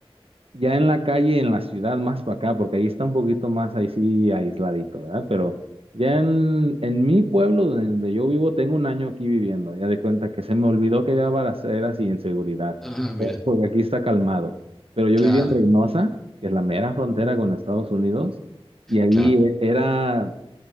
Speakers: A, on the right; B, in the centre.
A: Ya en la calle, en la ciudad, más para acá, porque ahí está un poquito más ahí sí aisladito, ¿verdad? Pero ya en, en mi pueblo donde yo vivo, tengo un año aquí viviendo. Ya de cuenta que se me olvidó que había balaceras y inseguridad,
B: Ah, mira,
A: o- porque aquí está calmado. Pero yo
B: claro.
A: vivía en Reynosa, que es la mera frontera con Estados Unidos, y ahí
B: Claro,
A: e- era